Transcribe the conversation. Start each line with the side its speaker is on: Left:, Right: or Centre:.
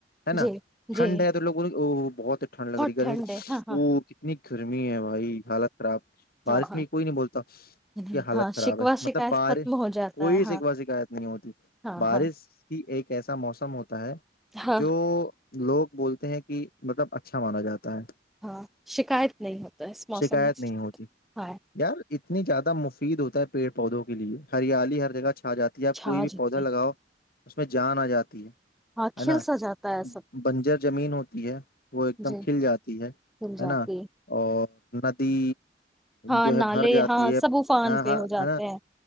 Left: ہے نا
Centre: جی
Left: ٹھنڈ
Centre: جی
Left: ہے تو لوگوں بہت ٹھنڈ لگ رہی گرمی
Centre: ٹھنڈ ہے ہاں ہاں
Left: وہ کتنی گرمی ہے بھائی حالت خراب بارش
Centre: ہاں ہاں
Left: میں کوئی نہیں بولتا
Centre: نہیں،
Left: کہ حالت
Centre: ہاں
Left: خراب
Centre: شکوہ
Left: ہے
Centre: شکایت
Left: مطلب بارش
Centre: ختم ہو جاتا
Left: کوئی
Centre: ہے ہاں
Left: شکوا شکایت نہیں ہوتی
Centre: ہاں
Left: بارش
Centre: ہاں
Left: ایک ایسا موسم ہوتا ہے
Centre: ہاں
Left: جو لوگ بولتے ہیں کہ مطلب اچھا مانا جاتا ہے
Centre: ہاں شکایت نہیں ہوتا اس موسم
Left: شکایت
Centre: میں
Left: نہیں ہوتی
Centre: ہاں
Left: یار اتنی زیادہ مفید ہوتا ہے پیڑ پودوں کے لیے ہریالی ہر جگہ چ ک جاتی ہے آپ
Centre: چھا
Left: کوئی بھی
Centre: جاتا
Left: پودا لگاؤ اس میں جان آ جاتی ہے
Centre: ہاں کھل
Left: ہے نا
Centre: سا جاتا ہے سب
Left: بنجر زمین ہوتی ہے وہ ایک دم
Centre: جی
Left: کھل جاتی ہے
Centre: کھل جاتی
Left: ہے نا اور ندی
Centre: ہاں
Left: جو
Centre: نالے
Left: ہے ہر جاتی
Centre: ہاں
Left: ہے
Centre: سب افان
Left: ہاں ہ
Centre: پہ ہو جاتے
Left: ہے نا
Centre: ہیں